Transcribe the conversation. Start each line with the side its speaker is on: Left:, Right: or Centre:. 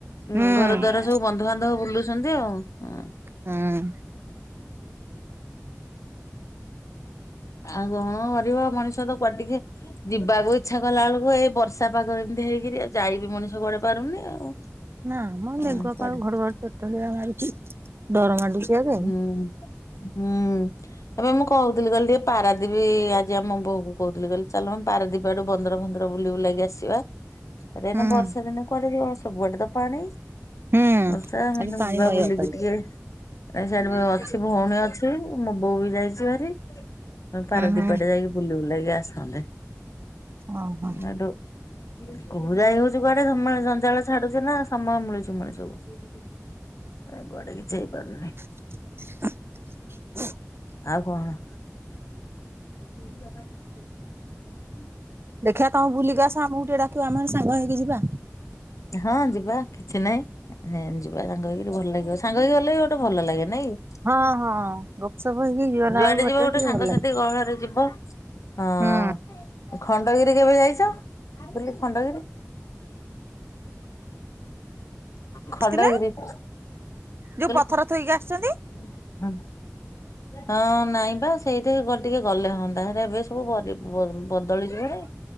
Right: ହୁଁ
Left: ଉ ଘର ଦ୍ଵାରା ସବୁ ବନ୍ଧୁବାନ୍ଧବ ବୁଲୁଛନ୍ତି ଆଉ ହ।
Right: ହଁ।
Left: ଆଉ କଣ କରିବ ମଣିଷ ତ କୁଆ ଟିକେ। ଯିବାକୁ ଇଚ୍ଛା କଲା ବେଳକୁ ଏଇ ବର୍ଷା ପାଗ ଏମିତି ହେଇକରି ଯାଇ ବିି ମଣିଷ କୁଆଡ଼େ ପାରୁନି ଆଉ।
Right: ନା ମ ମେଘୁଆ
Left: ହୁଁ କୁଆଡେ?
Right: ପାଗ ଘଡଘଡି ଚଡଚଡି ମାରୁଛି ଡର ମାଡୁଛି ଆଗେ
Left: ହୁଁ ଏବେ ମୁଁ କହୁଥିଲି କହିଲ ଟିକେ ପାରାଦୀପ ଆଜି ଆମ ବୋଉ କହୁ ବୁଲି ଗଲି ଚାଲମ ପାରଦୀପ ଆଡୁ ବନ୍ଦର ବନ୍ଦର ବୁଲ ବୁଲାଗି ଆସିବା। ଏଇନେ
Right: ହୁଁ।
Left: ବର୍ଷା ଦିନେ କୁଆଡେ ଯିବ ସବୁଆଡେ ତ ପାଣି।
Right: ହୁଁ।
Left: ବର୍ଷା
Right: ଖାଲି
Left: ନଯିବା
Right: ପାଣିମୟ
Left: ବୁଲି
Right: ଓପାଡି।
Left: ଟିକିଏ ଏସାଡେବେ
Right: ହୁଁ
Left: ଅଛି। ଭଉଣୀ ଅଛି। ମୋ ବୋଉ ବି ଯାଇଚି ଭାରି। ପାରାଦୀପ
Right: ହୁଁ।
Left: ଆଡେ ଯାଇକି ବୁଲି ବୁଲାକି ଆସନ୍ତେ।
Right: ଓହୋ।
Left: ହେଠୁ କୋଉ ଯାଇ ହୋଉଚି କୁଆଡେ ଜମା ଜଞ୍ଜାଳ ଛାଡୁଚି ନା ସମୟ ମିଳୁଚି ମଣିଷକୁ ଏରା କୁଆଡେ କିଛି ହେଇପାରୁନି।
Right: <inaudible>
Left: ଆଉ କଣ? <inaudible>
Right: ଦେଖିଆ ତମେ ବୁଲିକି ଆସ ଆମକୁ ଟିକିଏ ଡାକିବ ଆମେ ସାଙ୍ଗ ହେଇକି ଯିବା।
Left: ହଁ ଯିବା କିଛି ନାଇଁ ମାନେ ଯିବା ସାଙ୍ଗ ହେଇକିରି ଭଲ ଲାଗିବ। ସାଙ୍ଗ ହେଇକି ଗଲେ ଭଲ ଲାଗେ ନାଇଁ।
Right: ହଁ ହଁ ଗପସପ ହେଇକି ଗଲା
Left: ଯୁଆଡେ
Right: ବେଳକୁ ବାଟରେ
Left: ଯିବ ଗୋଟେ
Right: ଟିକେ
Left: ସାଙ୍ଗସାଥି
Right: ଭଲ ଲାଗେ।
Left: ଗହଳରେ ଯିବ। ହଁ
Right: ହୁଁ।
Left: ଖଣ୍ଡଗିରି କେବେ ଯାଇଚ? ବୁଲି ଖଣ୍ଡଗିରି? ଖଣ୍ଡଗିରି
Right: ଆସିଥିଲେ
Left: ମୁଁ
Right: ଯୋଉ ପଥର
Left: କହିଲି
Right: ଥୋଇକି ଆସିଛନ୍ତି।
Left: ହଁ ହଁ ନାଇଁ ବା ସେଇଠି ଟିକିଏ ଗଲେ ହଅ ତାହେଲେ ଏବେ ସବୁ ବଦ ବଦଳିଯିବଣି